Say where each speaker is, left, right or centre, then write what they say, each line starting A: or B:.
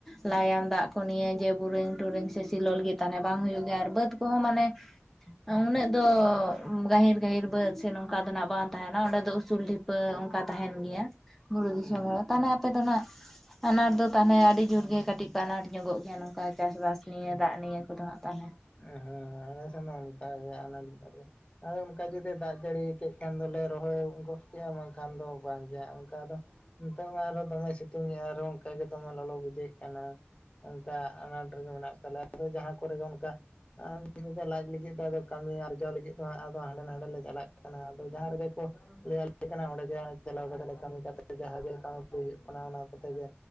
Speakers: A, in the centre; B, on the left.
A: ᱞᱟᱭᱟᱢ ᱫᱟᱜ ᱠᱚ ᱱᱤᱭᱮ ᱡᱮ ᱵᱩᱨᱝ ᱴᱩᱨᱤᱝ ᱥᱮ ᱥᱤᱞᱚ ᱞᱟᱹᱜᱤᱫ ᱛᱟᱦᱞᱮ ᱵᱟᱝ ᱦᱩᱭᱩᱜ ᱜᱮᱭᱟ ᱟᱨ ᱵᱟᱹᱫ ᱠᱚᱦᱚᱸ ᱢᱟᱱᱮ ᱩᱱᱟᱹᱜ ᱫᱚ ᱜᱟᱹᱦᱤᱨ ᱜᱟᱹᱦᱤᱨ ᱵᱟᱹᱫ ᱥᱮ ᱱᱚᱝᱠᱟ ᱫᱚ ᱦᱟᱸᱜ ᱵᱟᱝ ᱛᱟᱦᱮᱱᱟ ᱾ᱚᱸᱰᱮ ᱫᱚ ᱩᱥᱩᱞ ᱰᱷᱤᱯ ᱟᱹ ᱚᱱᱠᱟ ᱛᱟᱦᱮᱱ ᱜᱮᱭᱟ ᱵᱩᱨᱩ ᱫᱤᱥᱚᱢ
B: ᱦᱮᱸ
A: ᱦᱚᱲᱟᱜ᱾ ᱛᱟᱦᱚᱞᱮ ᱟᱯᱮ ᱫᱟ ᱦᱸᱟᱜ ᱟᱱᱟᱴ ᱫᱚ ᱛᱟᱦᱚᱞᱮ ᱟᱹᱰᱤ ᱡᱳᱨ ᱜᱮ ᱠᱟᱹᱴᱤᱡ ᱯᱮ ᱟᱱᱟᱴ ᱧᱚᱜᱚᱜ ᱠᱟᱱᱟ᱾ ᱚᱱᱠᱟ ᱪᱟᱥ ᱵᱟᱥ ᱱᱤᱭᱮ ᱫᱟᱜ ᱱᱤᱭᱟᱹ ᱠᱚᱫᱚ ᱦᱟᱜ ᱛᱟᱦᱞᱮ
B: ᱦᱮᱸ ᱦᱮᱸ ᱦᱮᱸ ᱟᱞᱮ ᱥᱮᱱ ᱫᱚ ᱚᱱᱠᱟ ᱜᱮ ᱟᱱᱟᱴ ᱟᱨ ᱚᱱᱠᱟ ᱡᱩᱫᱤ ᱫᱟᱜ ᱡᱟᱹᱲᱤ ᱠᱮᱫ ᱠᱷᱟᱱ ᱫᱚᱞᱮ ᱨᱚᱦᱚᱭ ᱜᱚᱫ ᱠᱮᱜᱼᱟ ᱵᱟᱝᱠᱷᱟᱱ ᱫᱚ ᱵᱟᱝ ᱜᱮ ᱚᱱᱠᱟ ᱫᱚ ᱱᱤᱛᱚᱝ ᱢᱟ ᱟᱨᱚ ᱫᱚᱢᱮ ᱥᱤᱛᱩᱝᱮᱫᱼᱟ ᱟᱨᱦᱚ ᱚᱱᱠᱟᱜᱮ ᱫᱚᱢᱮ ᱞᱚᱞᱚ ᱵᱩᱡᱷᱟᱹᱜ ᱠᱟᱱᱟ᱾ ᱚᱱᱠᱟ ᱟᱱᱟᱴ ᱨᱮᱜᱮ ᱢᱮᱱᱟᱜ ᱟᱠᱟᱫ ᱞᱮᱭᱟ ᱟᱫᱚ ᱡᱟᱦᱟᱸ ᱠᱚᱨᱮ ᱜᱮ ᱚᱱᱠᱟ ᱟᱨ ᱢᱤᱫ ᱢᱚᱠᱟ ᱞᱟᱡ ᱞᱟᱹᱜᱤᱫ ᱫᱚ ᱠᱟᱹᱢᱤ ᱟᱨᱡᱟᱣ ᱞᱟᱹᱜᱤᱫ ᱫᱚ ᱦᱟᱸᱜ ᱦᱟᱸᱰᱮ ᱱᱟᱰᱮ ᱞᱮ ᱪᱟᱞᱟᱜ ᱠᱟᱱᱟ ᱟᱫᱚ ᱡᱟᱦᱟᱸ ᱨᱮᱜᱮ ᱠᱚ ᱞᱟᱹᱭ ᱟᱞᱮ ᱠᱟᱱᱟ ᱚᱸᱰᱮ ᱜᱮ ᱪᱟᱞᱟᱣ ᱠᱟᱛᱮ ᱞᱮ ᱠᱟᱹᱢᱤ ᱠᱟᱛᱮ ᱡᱟᱦᱟᱸ ᱜᱮ ᱠᱟᱣᱰᱤ ᱦᱩᱭᱩᱜ ᱠᱟᱱᱟ ᱚᱱᱟ ᱠᱚᱛᱮ ᱜᱮ